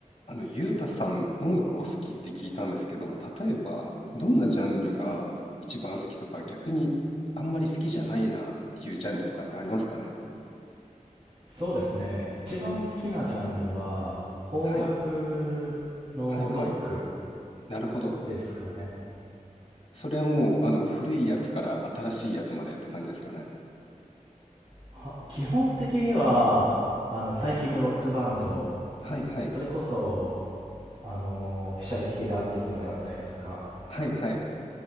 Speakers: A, on the left; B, on the right.
A: あの、ゆうたさん、音楽お好きって聞いたんですけど、例えば、どんなジャンルが一番好きとか、逆にあんまり好きじゃないなっていうジャンルとかってありますかね
B: そうですね。一番好きなジャンルは、邦楽のロック
A: はい、はい、はい。なるほど。
B: ですかね。
A: それはもう、あの、古いやつから新しいやつまでって感じですかね。
B: は、基本的には、あの、最近のロックバンド、
A: はい、はい、
B: それこそ、あの、オフィシャルヒゲダンディズムであったりだとか、
A: はい、はい。